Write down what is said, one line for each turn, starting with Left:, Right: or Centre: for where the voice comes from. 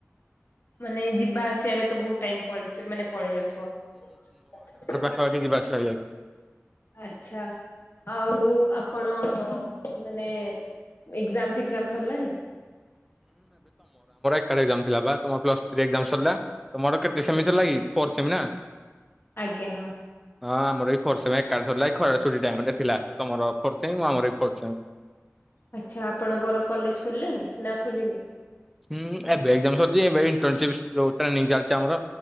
Left: ମାନେ ଯିବା ଆସିବାରେ ତ ବହୁତୁ ଟାଇମ ପଳେଇ ମାନେ ପଳେଇ ଯାଉଥିବ।
Centre: କ କି ଯିବା ଆସିବା ହେଇଯାଉଛି
Left: ଆଛା ଆଉ ଆପଣ ମାନେ ଏକ୍ଜାମ ଏକ୍ଜାମ ସରିଲଣି?
Centre: କାଲି ଏକ୍ଜାମ ଥିଲା ବା ତମର ପ୍ଲସ୍ ଥ୍ରି ଏକ୍ଜାମ ସରିଲା ତମର କେତେ ସେମି ଥିଲା କି ଫୋର୍ ସେମି ନା।
Left: ଆଜ୍ଞା ହଁ
Centre: ହଁ ଆମର ଏଇ ଫୋର୍ ସେମୀ ଏକାଳେ ସରିଲା ଏ ଖରାରେ ଛୁଟି ଟାଇମ ରେ ଥିଲା ତମର ଫୋର୍ ସେମି ଆମର ବି ଫୋର୍ ସେମି
Left: ଆଚ୍ଛା ଆପଣଙ୍କର କଲେଜ ଖୋଲିଲାଣି ନା ଖୋଲିିନି?
Centre: ହୁଁ ଏବେ ଏକ୍ଜାମ ସରିଛି ଏବେ ଏଣ୍ଟନର୍ଶିପ ଯୋଉ ଟ୍ରେନିଂ ଚାଲିଛି ଆମର